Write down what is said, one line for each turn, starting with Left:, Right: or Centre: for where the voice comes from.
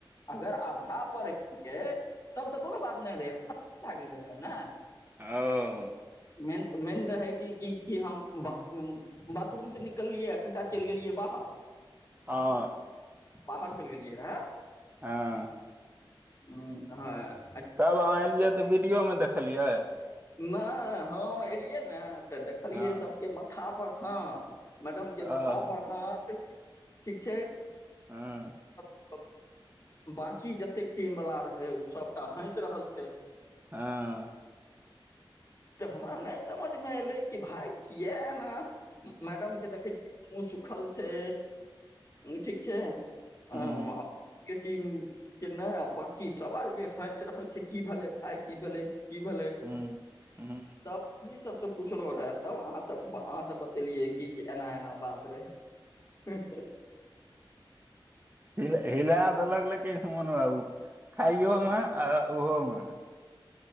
Left: अगर आधा पर डे तब तऽ कोनो बात नै रहे ख लागलै रहे नै।
Right: औ
Left: मेन मेन रहै कि की हम ब उम्म बाथरूम से निकलियै चैल गेलियै बाहर
Right: हँ
Left: बाहर चल गेलियै रहे।
Right: हां।
Left: हुं हां।
Right: तब अहाँ एलियै तऽ वीडियो मे देखलियै।
Left: नै हम एलियै नै ते देखलियै
Right: हँ
Left: सब के मथा पर हां त मैडम के मथा
Right: ओ हूँ
Left: पर हाथ, ठीक छै?
Right: हां।
Left: अ बाकी जतेक टीम वला रहै उ सबटा हैस रहल छै।
Right: हां।
Left: तऽ हमरा नै समझमे एलै कि भाय किया एना मैडम के देखै मुंह सुक खल छै ई ठीक छै।
Right: हूँ
Left: <unintelligible> किट टीम के नै बाकी सब आदमी हँस रहल छै की भेले भाय की भेले। की भेलै
Right: हूँ हूँ
Left: तब ई सबसे पुछलौ रहै तब अहाँ सब अहाँ सब बतेलियै की एना एना बात रहै।
Right: हिल हिलै देलक लेक अमन बाबू खाइयो मे आ उहो मे